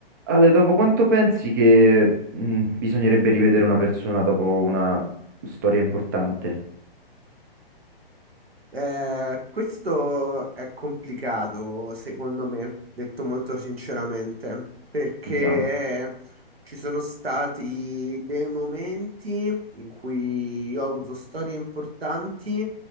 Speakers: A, on the right; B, on the right.
A: Ale, dopo quanto pensi che mh, bisognerebbe rivedere una persona dopo una storia importante?
B: Eh, questo è complicato, secondo me, detto molto sinceramente, perché
A: Sentiamo.
B: ci sono stati dei momenti in cui io ho avuto storie importanti